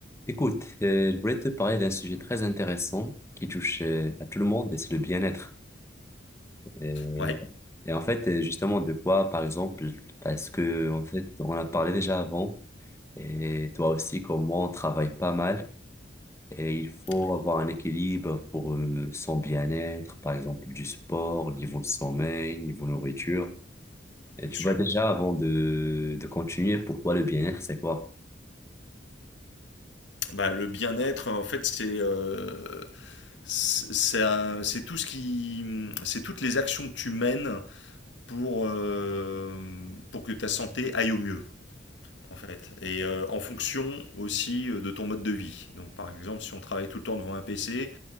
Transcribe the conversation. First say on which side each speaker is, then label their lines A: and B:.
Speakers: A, on the left; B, on the left.
A: Écoute, euh, je voulais te parler d'un sujet très intéressant qui touche euh, à tout le monde et c'est le bien-être. Et,
B: Ouais,
A: et en fait, euh, justement, de quoi, par exemple, parce que en fait, on a parlé déjà avant et toi aussi, comme moi, on travaille pas mal et il faut
B: ouais,
A: avoir un équilibre pour euh, son bien-être, par exemple, du sport, niveau sommeil, niveau nourriture. Et
B: bien
A: tu
B: sûr.
A: vois déjà, avant de, de continuer, pour toi, le bien-être, c'est quoi?
B: Bah, le bien-être, en fait, c'est euh, c'est c'est un- c'est tout ce qui, c'est toutes les actions que tu mènes pour euh, pour que ta santé aille au mieux, en fait, et euh, en fonction aussi euh, de ton mode de vie. Donc, par exemple, si on travaille tout le temps devant un PC,